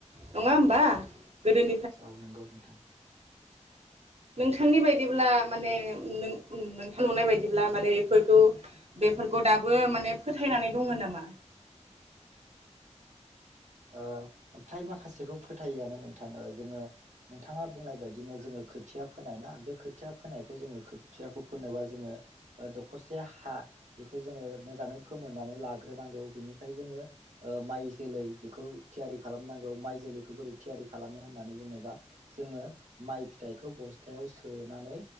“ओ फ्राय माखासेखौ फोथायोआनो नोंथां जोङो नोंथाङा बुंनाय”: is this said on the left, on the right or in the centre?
Right